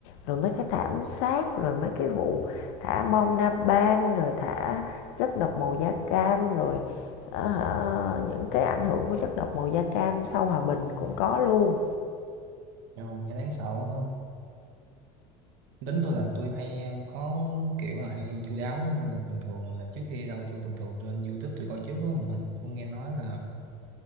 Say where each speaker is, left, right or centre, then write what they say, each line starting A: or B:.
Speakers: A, on the left; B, on the right.
A: rồi mấy cái thảm sát rồi mấy cái vụ thả bom napalm rồi thả chất độc màu da cam rồi ờ, những cái ảnh hưởng của chất độc màu da cam sau hòa bình cũng có luôn
B: ừ. giờ đáng sợ không? Tính tôi là tôi hay à, có kiểu là hay chu đáo nên là thường thường là trước khi đâu tôi thường thường trên YouTube tôi coi trước đó, mà tôi nghe nói là